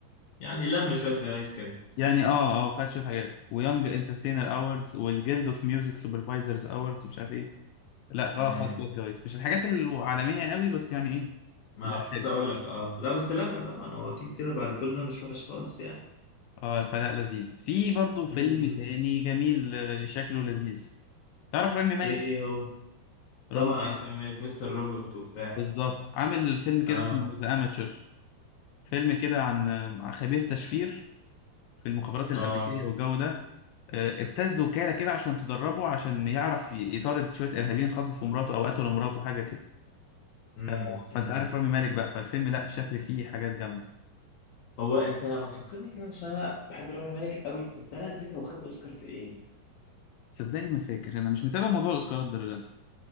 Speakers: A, on the left (about 70°); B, on the left (about 85°).
A: يعني لم شويه جوائز كده
B: يعني اه اه خد شويه حاجات ويونج انترتينر اووردز والجيلد اوف ميوزك سوبرفايزرز اوورد مش عارف ايه لا اه
A: امم
B: خد شويه جوايز مش الحاجات العالميه قوي بس يعني ايه
A: ما
B: لا
A: كنت لسه
B: حلو
A: اقول لك اه لا بس لم طبعا هو اكيد كده بعد كل ده مش وحش خالص يعني
B: اه فلا لذيذ في برضو فيلم
A: امم
B: تاني جميل آه، شكله لذيذ تعرف رامي مالك
A: ايه هو طبعا
B: رامي مالك
A: عشان مالك مستر روبوت وبتاع
B: بالظبط عامل فيلم كده
A: اه
B: اسمه ذا اماتشر فيلم كده عن آه، عن خبير تشفير في المخابرات الامريكيه
A: اه
B: والجو ده آه، ابتز وكاله كده عشان تدربه عشان يعرف ي- يطارد شويه ارهابيين خطفوا مراته او قتلوا مراته حاجه كده ف...
A: امم
B: فانت
A: امم
B: عارف رامي مالك بقى فالفيلم لا شكل فيه حاجات جامده
A: هو انت ما تفكرني كده عشان انا بحب رامي مالك قوي بس انا نسيت هو خد اوسكار في ايه
B: صدقني ما فاكر انا مش متابع موضوع الاوسكارات ده للاسف